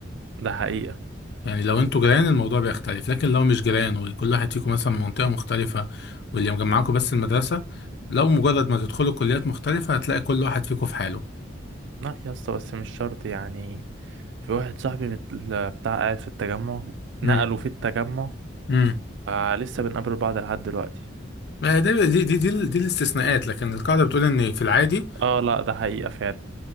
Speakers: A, on the right (about 70°); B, on the left (about 55°).
A: ده حقيقه
B: يعني لو انتوا جيران الموضوع بيختلف لكن لو مش جيران وكل واحد فيكم مثلا من منطقه مختلفه واللي مجمعاكم بس المدرسه لو مجرد ما تدخلوا كليات مختلفه هتلاقي كل واحد فيكم في حاله
A: لا يا اسطى بس مش شرط يعني في واحد صاحبي مت- ال- بتاع قاعد في التجمع
B: امم
A: نقلوا في التجمع
B: امم
A: آه لسه بنقابل بعض لحد دلوقتي
B: ما هي دي دي دي, دي, دي الاستثناءات لكن القاعده بتقول ان في العادي
A: اه لا ده حقيقة فعلا